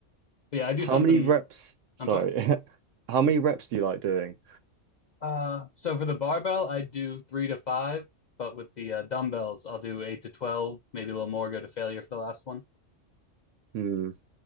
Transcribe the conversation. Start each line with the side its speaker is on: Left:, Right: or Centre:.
Left: but yeah, I do
Right: How
Left: something.
Right: many reps? Sorry.
Left: I'm sorry.
Right: <laughs> How many reps do you like doing?
Left: Uh, so for the barbell, I do three to five, but with the uh, dumbbells, I'll do eight to 12, maybe a little more, go to failure for the last one.
Right: Hmm.